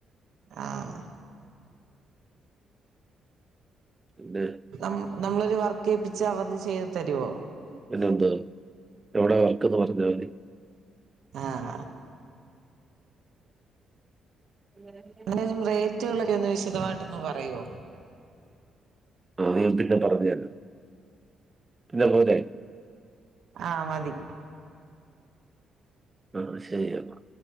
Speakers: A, on the right; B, on the right.
A: ആഹ്
B: പിന്നെ
A: ന നമ്മളൊരു വർക്കേപ്പിച്ച വന്ന് ചെയ്തു തര്വോ
B: പിന്നെ എന്താ എവിടെ വർക്കെന്ന് പറഞ്ഞാ മതി
A: ആഹ്
B: ഉം <unintelligible>
A: എങ്ങനേണ് റേറ്റുകളൊക്കെ ഒന്ന് വിശദമായിട്ടൊന്ന് പറയോ
B: അത് ഞാൻ പിന്നെ പറഞ്ഞു തരാ പിന്നെ പോരെ
A: ആഹ് മതി
B: ആ ശരി എന്നാ